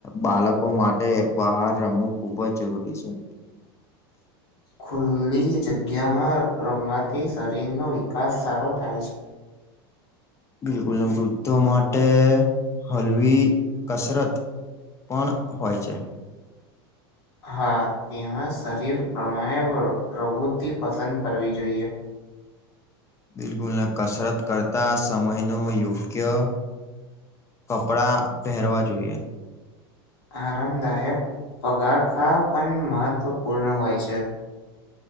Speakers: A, on the left; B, on the left.
A: બાળકો માટે બહાર રમવું ખુબજ જરૂરી છે.
B: ખુલ્લી જગ્યામાં રમવાથી શરીરનો વિકાસ સારો થાય છે.
A: બિલકુલ ને વૃદ્ધો માટે હલવી કસરત પણ હોય છે.
B: હા, તેમાં શરીર પ્રમાણે પ્ર પ્રવૃત્તિ પસંદ કરવી જોઈએ.
A: બિલકુલને કસરત કરતા સમયનો યોગ્ય કપડા પહેરવા જોઈએ.
B: આરામદાયક પગારખા પણ મહત્વપૂર્ણ હોય છે.